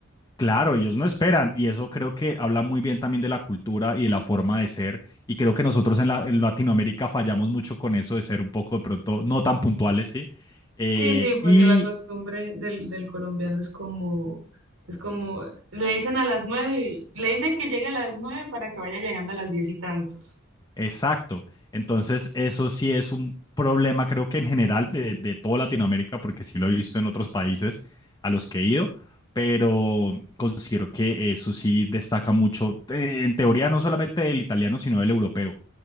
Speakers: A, on the left; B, on the right.
A: Claro, ellos no esperan y eso creo que habla muy bien también de la cultura y de la forma de ser y creo que nosotros en, la- en Latinoamérica fallamos mucho con eso de ser un poco de pronto no tan puntuales, ¿sí? Eh,
B: Sí, sí, porque
A: y
B: la costumbre del, del colombiano es como, es como, le dicen a las nueve, y- le dicen que llegue a las nueve para que vaya llegando a las diez y tantos.
A: exacto, entonces eso sí es un problema creo que en general de, de toda Latinoamérica porque sí lo he visto en otros países a los que he ido, pero considero que eso sí destaca mucho, eh, en teoría no solamente del italiano sino del europeo.